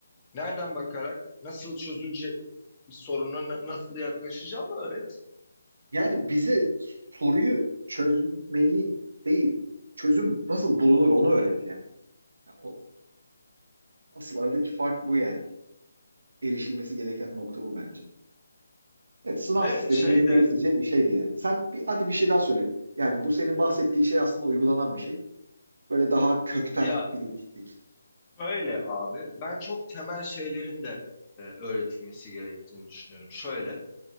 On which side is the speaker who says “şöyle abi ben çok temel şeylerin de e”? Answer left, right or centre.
Left